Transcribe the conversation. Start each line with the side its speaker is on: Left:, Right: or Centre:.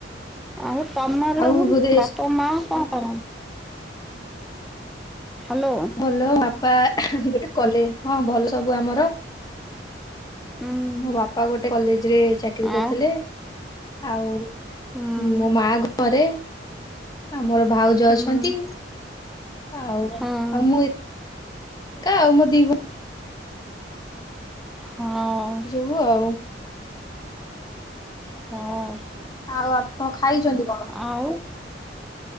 Centre: ଆଉ ତମର
Left: ଆଉ
Centre: ସବୁ
Left: ବୋଧେ
Centre: ବାପା ମା କଣ କରନ୍ତି? ହ୍ୟାଲୋ।
Left: ଭଲ ବାପା ଗୋଟେ କଲେ ହଁ ଭଲ ସବୁ ଆମର।
Centre: ହୁଁ।
Left: ମୋ ବାପା ଗୋଟେ କଲେଜରେ ଚାକିରୀ କରିଥିଲେ
Centre: ଆ
Left: ଆଉ
Centre: ହୁଁ
Left: ମୋ ମା ଘରେ ଆ ମୋର ଭାଉଜ
Centre: ହୁଁ
Left: ଅଛନ୍ତି। ଆଉ
Centre: ହଁ
Left: ଆଉ ମୁଁ ଏକା ଆଉ ମୋ ଦି
Centre: ହଁ।
Left: ହୁ ଆଉ।
Centre: ହଁ।
Left: ଆଉ ଆପଣ ଖାଇଛନ୍ତି କଣ?
Centre: ଆଉ